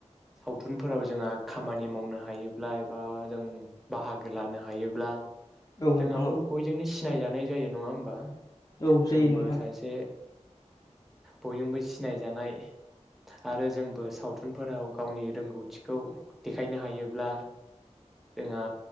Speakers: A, in the centre; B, on the left.
A: सावथुनफोराव जोंहा खामानि मावनो हायोब्ला एबा जों बाहागो लानो हायोब्ला
B: औ
A: जोंहाबो
B: नोंथां औ
A: बयजोंनो <unintelligible> सिनायजानाय जायो नङा होमबा?
B: औ
A: जोंबो
B: जायो नोंथां।
A: <unintelligible> बयजोंबो सिनाय जानाय आरो जोंबो सावथुनफोराव गावनि रोंगौथिखौ देखायनो हायोब्ला जोंहा